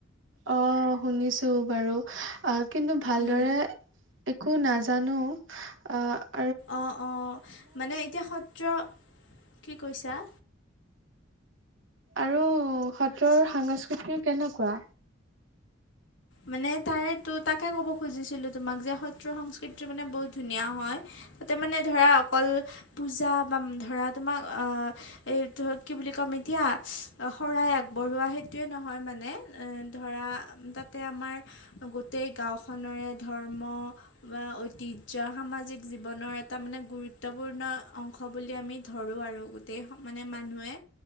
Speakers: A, on the right; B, on the left.
A: অ শুনিছো বাৰু অ কিন্তু ভালদৰে
B: উম,
A: একো নাজান জানো অ
B: অ অ মানে এতিয়া সত্ৰ কি কৈছা
A: আৰু সত্ৰৰ সাংস্কৃতি কেনেকুৱা
B: মানে তাৰে তো তাকে ক'ব খুজিছিলো তোমাক যে সত্ৰ সংস্কৃতি মানে বহুত ধুনীয়া হয় তাতে মানে ধৰা অকল পূজা বা ধৰা তোমাক আহ এই ধ কি বুলি ক'ম এতিয়া শৰাই আগবঢ়োৱা সেইটোয়ে নহয় মানে এ ধৰা তাতে আমাৰ গোটেই গাঁওখৰে ধৰ্ম বা ঐতিহ্য সামাজিক জীৱনৰ এটা মানে গুৰুত্বপূৰ্ণ অং অংশ বুলি আমি ধৰোঁ আৰু গোটেই মানে মানুহে